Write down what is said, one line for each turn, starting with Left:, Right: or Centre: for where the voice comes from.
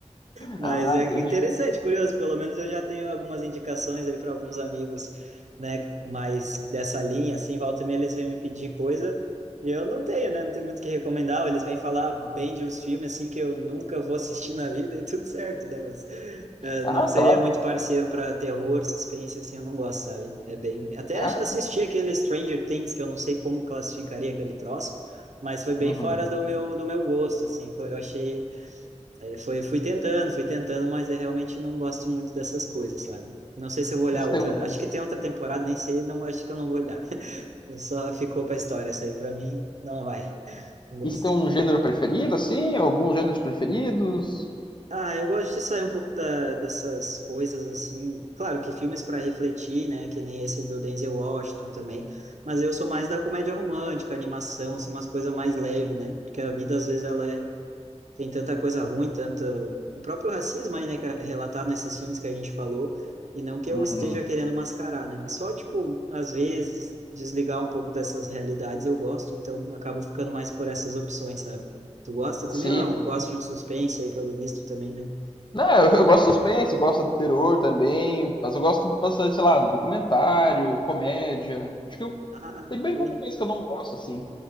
Right: Mas
Left: Ah,
Right: é
Left: entendi.
Right: interessante, curioso. Pelo menos eu já tenho algumas indicações aí para alguns amigos, né? Mas dessa linha, assim, volta e meia eles vêm me pedir coisa e eu não tenho, né? Não tenho muito o que recomendar. Ou eles vêm falar bem de uns filmes, assim, que eu nunca vou assistir na vida e tudo certo, né? Mas eh,
Left: Ah,
Right: não seria
Left: claro.
Right: muito parceiro para terror, suspense, assim, eu não gosto, sabe? É bem. Até
Left: Ah,
Right: ach- assisti aquele Stranger Things, que eu não sei como classificaria aquele troço. Mas foi bem
Left: uhum.
Right: fora do meu, do meu gosto, assim. Foi- eu achei Aí foi, fui tentando, fui tentando, mas eu realmente não gosto muito dessas coisas, sabe? Não sei se eu vou olhar
Left: E você
Right: outra.
Left: tem um,
Right: Acho que tem outra temporada, nem sei, não, acho que eu não vou olhar. <laughs> Só ficou pra história essa aí, pra mim, não vai. Não gosto.
Left: e você tem um gênero preferido, assim? Alguns gêneros preferidos?
Right: Ah, eu gosto de sair um pouco da, dessas coisas assim. Claro que filmes para refletir, né? Que nem esse do Denzel Washington também. Mas eu sou mais da comédia romântica, animação, assim, umas coisas mais leves, né? Porque a vida às vezes ela é Tem tanta coisa ruim, tanto o próprio racismo aí, né, que é relatado nesses filmes que a gente falou, e não que
Left: Uhum.
Right: eu esteja querendo mascarar, né, mas só, tipo, às vezes, desligar um pouco dessas realidades eu gosto, então acabo ficando mais por essas opções, sabe? Tu gosta também
Left: Sim.
Right: ou não? Gosto de um suspense aí, pelo visto, também, né?
Left: Não, eu, eu gosto de suspense, gosto de terror também, mas eu gosto bastante, sei lá, documentário, comédia. Acho que
Right: Ah,
Left: Tem bem
Right: bem,
Left: pouca coisa que eu não gosto, assim.